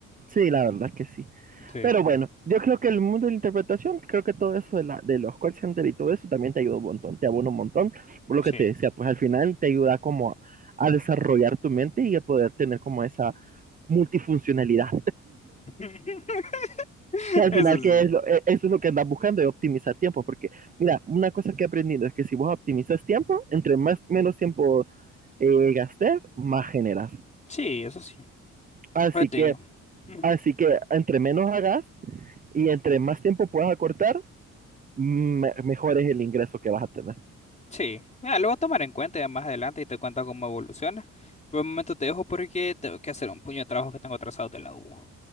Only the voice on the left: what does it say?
Sí,
sí.
<laughs>
Eso
sí.
Sí, eso sí.
Yo te
digo. Ujú.
Sí. Mira, lo voy a tomar en cuenta ya más adelante y te cuento cómo evoluciona. Por el momento te dejo porque tengo que hacer un puño de trabajo que tengo atrasado de la U.